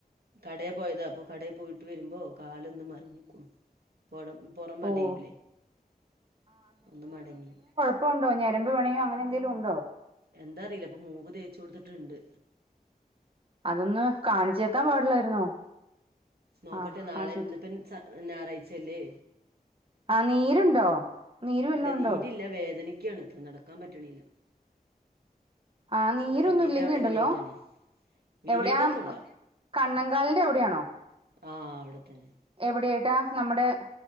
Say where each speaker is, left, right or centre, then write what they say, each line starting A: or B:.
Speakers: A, on the right; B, on the right.
A: കടേ പോയതാ അപ്പൊ കടേ പോയിട്ട് വരുമ്പോ കാലൊന്ന് മർഞ്ഞിക്കുണു പടം പൊറം മടിയൂലേ?
B: ഓഹ്
A: ഒന്ന് മടങ്ങി
B: ഇപ്പം ഉണ്ടോ? ഞരമ്പ് പണയോ അങ്ങനെന്തെലുണ്ടോ?
A: എന്താ അറീല്ല ഇപ്പം മൂവ് തേച്ച് കൊടുത്ത്ട്ട്ണ്ട്.
B: അതൊന്ന് കാണിച്ചേക്കാം പാടില്ലായിരുന്നോ?
A: നോക്കട്ടെ
B: ആഹ്
A: നാളെ
B: ആശുപത്രി
A: ഇന്നിപ്പൻസ് ഞാറയിച്ചല്ലേ?
B: ആ നീരുണ്ടോ. നീര് വല്ലോം
A: ഇല്ല
B: ഉണ്ടോ
A: നീരില്ല വേദനിക്കാണ് നടക്കാൻ പറ്റ്ണില്ല.
B: ആഹ് നീരൊന്നും
A: വെരലിന്റെ
B: ഇല്ലെങ്കി
A: അവിടെ
B: ഉണ്ടല്ലോ
A: ങ്ങനെ ആയിട്ടാണ് വീങ്ങീട്ടൊന്നുല്ല
B: എവിടെയാ കണ്ണങ്കാലിന്റെ അവിടെയാണോ?
A: ആഹ് അവ്ടെത്തന്നെ
B: എവിടേയ്ട്ടാ നമ്മടെ